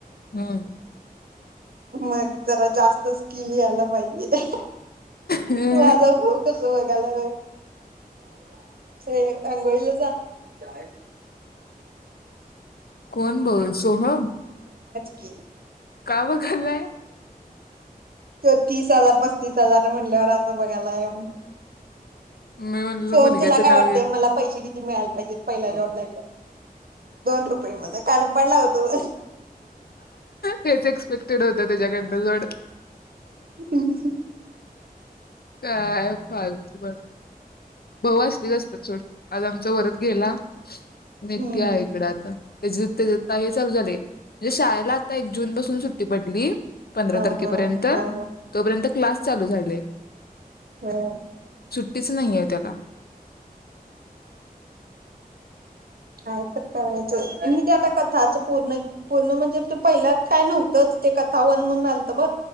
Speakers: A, on the left; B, on the right.
A: हम्म.
B: मग जरा जास्त स्किल यायला पाहिजे.
A: हे
B: माझा भाऊ कस बघायला <unintelligible> अंघोळीला- जा. काय?
A: कोण बोल- सोहम?
B: क
A: काव खाल्लंय
B: तर तीस हजार पस्तीस हजार- म्हणल्यावर असं बघायलाये मं -
A: मी म्हणलं
B: सोहम
A: मुलग्याचं
B: तुला काय
A: नाव
B: वाटतय
A: घेत
B: मला पैसे किती मिळाय ला पाहिजेत पहिला जॉब लागला- दोन <unintelligible> कानपाड लावतो
A: हेच एक्सपेक्टेड होत त्याच्याकडन- तलड
B: हम्म ह
A: अ फालतू बघ <unintelligible> <unintelligible> सोड आज आमच वरद गेला. मी <unintelligible>
B: हम्म
A: आहे इकडं आता. त्याज <unintelligible> हे चालू झाले म्हणजे, शाळेला आता एक जून पासून सुट्टी पडली. पंधरा
B: हा
A: तारखेपर्यंत
B: हा हा
A: तोपर्यंत क्लास चालू झाले‌.
B: हम.
A: सुट्टीच, नाही ये त्याला.
B: काय तर करायचं म ते आता कथाचं पूर्ण पूर्ण म्हणजे, पहिल्या काय नव्हतंच, ते कथा वन म्हणून आलत ब.